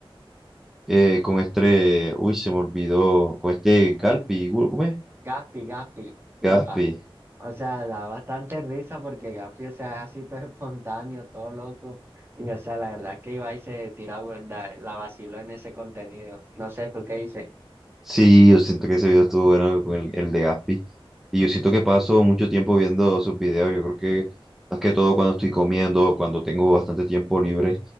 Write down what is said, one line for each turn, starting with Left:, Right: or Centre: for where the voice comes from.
Centre: Eh, con este, uy, se me olvidó, con este Galpi, ¿cómo es?
Right: Gaspi, Gaspi, epa.
Centre: Gaspi.
Right: O sea, da bastante risa porque Gaspi, o sea, es así todo <laughs> espontáneo, todo loco. Y, o sea, la verdad que Ibai se tira, bu- da- la vaciló en ese contenido. No sé, ¿tú qué dices?
Centre: Sí, yo siento que ese video estuvo bueno con el, el de Gaspi. Y yo siento que paso mucho tiempo viendo sus videos. Yo creo que más que todo cuando estoy comiendo, cuando tengo bastante tiempo libre,